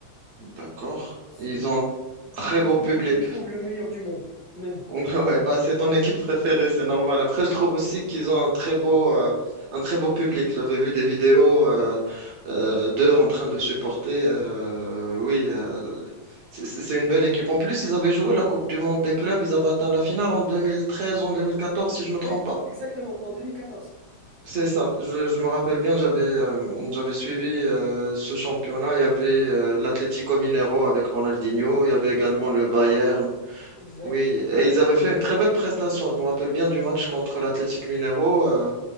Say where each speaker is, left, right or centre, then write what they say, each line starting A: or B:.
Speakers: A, on the right; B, on the right.
A: D'accord.
B: C'est,
A: Ils ont un très
B: je le
A: beau
B: trouve,
A: public.
B: je le trouve le meilleur du monde, même.
A: <laughs> Ouais, bah c'est ton équipe préférée, c'est normal. Après, je trouve aussi qu'ils ont un très beau, euh, un très beau public. J'avais vu des vidéos euh, euh, d'eux en train de supporter. euh, oui, euh, c'est c'est- c'est une belle équipe. En plus, ils avaient joué la Coupe du Monde des clubs. Ils avaient atteint la finale en 2013, en 2014, si je me
B: Oui,
A: trompe pas.
B: exactement, en 2014.
A: C'est ça, je, je me rappelle bien, j'avais euh, j'avais suivi euh, ce championnat. Il y avait euh, l'Atlético Mineiro avec Ronaldinho, il y avait
B: Exact,
A: également le Bayern.
B: exact.
A: Oui, et ils avaient fait une très belle prestation. Je me rappelle bien du match contre l'Atlético Mineiro. euh.